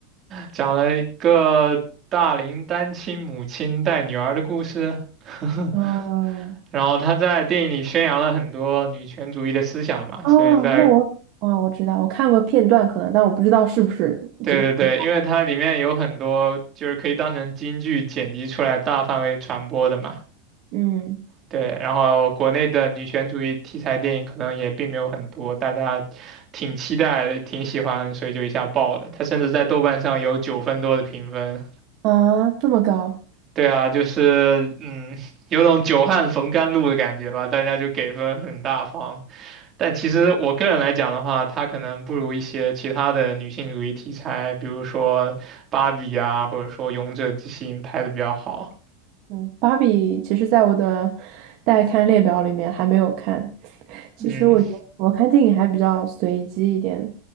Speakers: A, on the right; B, on the right.
A: 讲了一个大龄单亲母亲带女儿的故事。<laughs>
B: 嗯。
A: 然后他在电影里宣扬了很多女权主义的思想嘛，
B: 哦，
A: 所以在
B: 那我啊，我知道，我看过片段可能，但我不知道是不是就不，
A: 对对对，因为它里面有很多就是可以当成金句剪辑出来大范围传播的嘛。
B: 嗯
A: 对，然后国内的女权主义题材电影可能也并没有很多，大家挺期待的，挺喜欢，所以就一下爆了。它甚至在豆瓣上有九分多的评分。
B: 啊，这么高，
A: 对啊，就是嗯，有种久旱逢甘露的感觉吧，大家就给分很大方。但其实我个人来讲的话，它可能不如一些其他的女性主义题材，比如说芭比啊，或者说《勇者之心》拍的比较好。
B: 嗯，芭比其实在我的待看列表里面还没有看。<laughs> 其实我觉得我看电影还比较随机一点，
A: 嗯